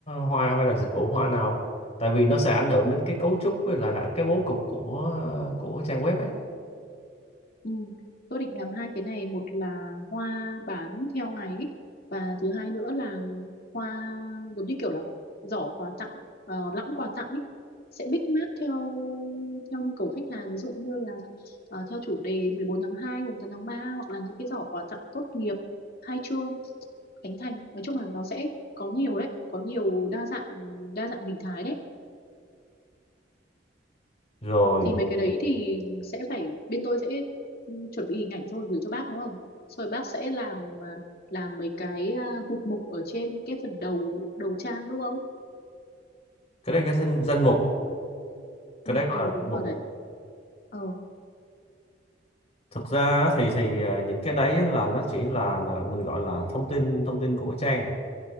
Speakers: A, on the left; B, on the left.
A: hoa hay là dịch vụ hoa nào? Tại vì nó sẽ ảnh hưởng đến cái cấu trúc với lại là cái bố cục của của trang web ấy.
B: Ừ. Tôi định làm hai cái này, một là hoa bán theo ngày ấy, và thứ hai nữa là hoa giống như kiểu là giỏ quà tặng, uh, lẵng quà tặng ấy sẽ bích mát theo theo nhu cầu khách hàng ví dụ như là ờ, theo chủ đề mười bốn tháng hai mùng tám tháng ba hoặc là những cái giỏ quà tặng tốt nghiệp, khai trương, khánh thành. Nói chung là nó sẽ có nhiều đấy, có nhiều đa dạng đa dạng hình thái đấy.
A: Rồi,
B: thì mấy cái đấy thì sẽ phải bên tôi sẽ ừ, chuẩn bị hình ảnh xong rồi gửi cho bác đúng không xong rồi bác sẽ làm à, làm mấy cái à, mục mục ở trên cái phần đầu đầu trang đúng không
A: cái đấy cái danh, danh mục, cái
B: ừ,
A: đấy gọi
B: ờ
A: là
B: đúng
A: danh mục.
B: rồi đấy ờ
A: Thực ra á thì thì à, những cái đấy á là nó chỉ là là mình gọi là thông tin thông tin của trang.